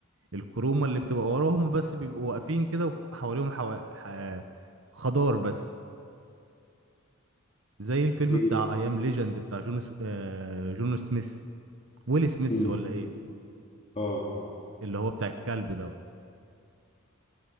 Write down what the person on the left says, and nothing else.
ايوه
مم.
اه